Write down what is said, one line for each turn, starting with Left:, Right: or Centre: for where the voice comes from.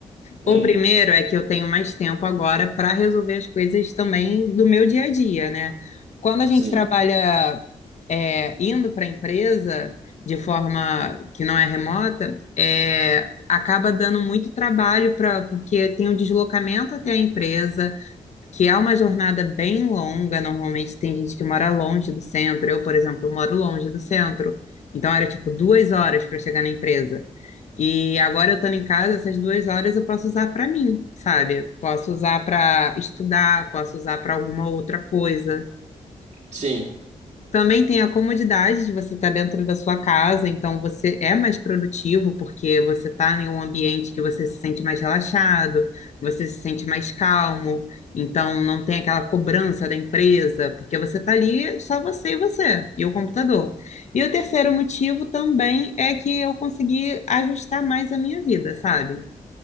Right: Hum,
Left: O primeiro é que eu tenho mais tempo agora para resolver as coisas também do meu dia a dia, né? Quando a
Right: sim,
Left: gente trabalha é, indo para a empresa de forma que não é remota, é, acaba dando muito trabalho para porque tem o deslocamento até a empresa, que é uma jornada bem longa. Normalmente tem gente que mora longe do centro. Eu, por exemplo, moro longe do centro. Então era tipo duas horas para chegar na empresa. E agora eu estando em casa, essas duas horas eu posso usar para mim, sabe? Posso usar para estudar, posso usar para alguma outra coisa
Right: sim.
Left: também tem a comodidade de você estar dentro da sua casa, então você é mais produtivo porque você está em um ambiente que você se sente mais relaxado, você se sente mais calmo, então não tem aquela cobrança da empresa, porque você está ali só você e você, e o computador. E o terceiro motivo também é que eu consegui ajustar mais a minha vida, sabe?